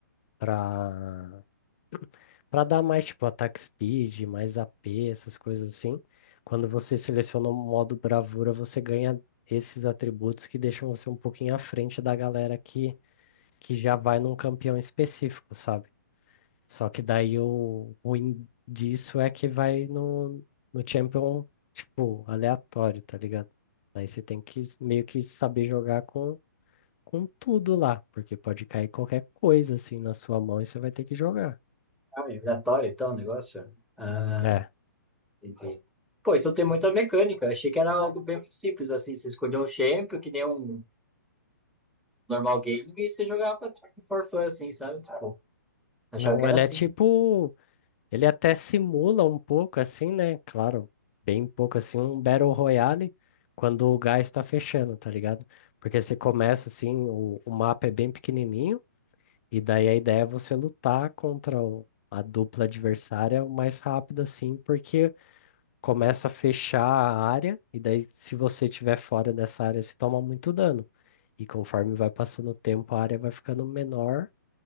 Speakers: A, on the left; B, in the centre.
A: para para dar mais tipo attack speed, mais AP, essas coisas assim. Quando você seleciona o modo bravura, você ganha esses atributos que deixam você um pouquinho à frente da galera que, que já vai num campeão específico, sabe? Só que daí o ruim disso é que vai no, no champion, tipo, aleatório, tá ligado? Daí você tem que s- meio que saber jogar com, com tudo lá, porque pode cair qualquer coisa assim na sua mão e você vai ter que jogar.
B: Ah, é aleatório então o negócio? Ah,
A: É,
B: entendi. Pô, então tem muita mecânica. Achei que era algo bem simples, assim. Você escolheu um champion, que nem um normal game, e você jogava tipo, for fun, assim, sabe? Tipo, Achava
A: não,
B: que era
A: ele
B: assim.
A: é tipo Ele até simula um pouco assim, né? Claro, bem pouco assim, um Battle Royale quando o gás está fechando, tá ligado? Porque você começa assim, o, o mapa é bem pequenininho, e daí a ideia é você lutar contra o- a dupla adversária o mais rápido assim, porque começa a fechar a área, e daí se você estiver fora dessa área, você toma muito dano. E conforme vai passando o tempo, a área vai ficando menor,